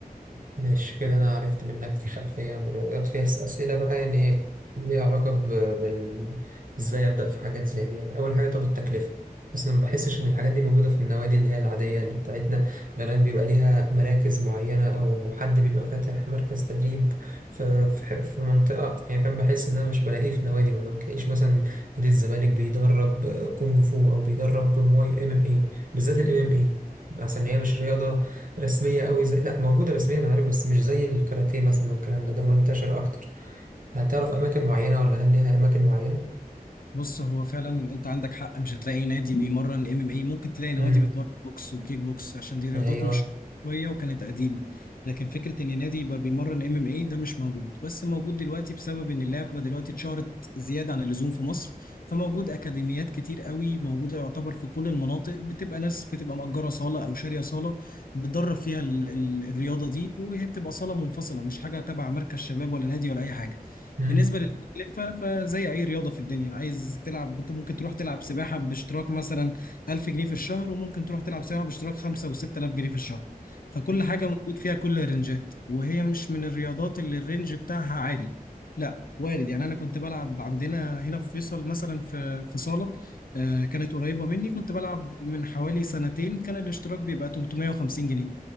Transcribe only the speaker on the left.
بص هو فعلا انت عندك حق مش هتلاقي نادي بيمرن ام ام اي ممكن تلاقي نوادي
بتمرن بوكس وكيك بوكس عشان دي رياضات
مشهوره شويه وكانت قديمه لكن فكره ان نادي يبقى بيمرن ام ام اي ده مش موجود بس موجود دلوقتي بسبب ان اللعبه دلوقتي اتشهرت زياده عن اللزوم في مصر فموجود اكاديميات كتير قوي موجوده يعتبر في كل المناطق بتبقى ناس بتبقى مأجره صاله او شاريه صاله بتدرب فيها ال ال الرياضه دي وهي بتبقى صاله منفصله مش حاجه تبع مركز شباب ولا نادي ولا اي حاجه
بالنسبة للتكلفة فزي أي رياضة في الدنيا عايز تلعب أنت ممكن تروح تلعب سباحة باشتراك مثلا 1000 جنيه في الشهر وممكن تروح تلعب سباحة باشتراك 5 و6000 جنيه في الشهر فكل حاجة موجود فيها كل الرنجات وهي مش من الرياضات اللي الرنج بتاعها عالي لا وارد يعني أنا كنت بلعب عندنا هنا في فيصل مثلا في في صالة آه، كانت قريبة مني كنت بلعب من حوالي سنتين كان الاشتراك بيبقى 350 جنيه